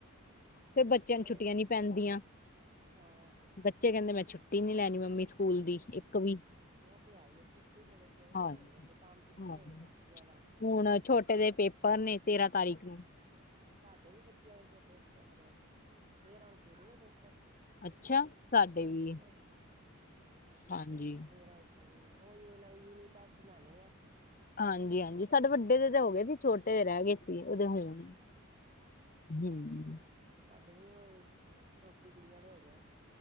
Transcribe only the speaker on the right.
ਅ
ਹਾਂ।
ਓ ਤੇ ਹੈ ਈ ਏ, ਛੁੱਟੀ ਫੇਰ ਬੱਚਿਆਂ ਦੀ
ਨਾ ਮਾਰੀ ਜਾਂਦੀ ਏ, ਕੰਮ ਪਿੱਛੇ
ਹੋ ਜਾਂਦਾ ਬੱਚਿਆਂ ਦਾ।
ਹਾਂ, ਸਾਡੇ ਵੀ ਬੱਚਿਆਂ ਦੇ ਛੋਟੇ ਓਦੇ ਤੇਰਾਂ ਨੂੰ ਸ਼ੁਰੂ ਏ ਪੇਪਰ।
ਆਹ
ਹੋਰ ਸਾਢੇ
<unintelligible> ਤੇਰਾਂ ਨੂ ਹੂੰ, ਓਈ ਏਨਾ ਦੇ ਯੂਨਿਟ ਟੈਸਟ ਲੈਣੇ ਆ।
ਅੱਛਾ,
ਹਾਂ। ਸਾਡੇ ਦੇ ਵੀ ਓਈ ਛੋਟੀ ਗੁੜੀਆਂ ਦੇ ਹੈਗੇ ਆ।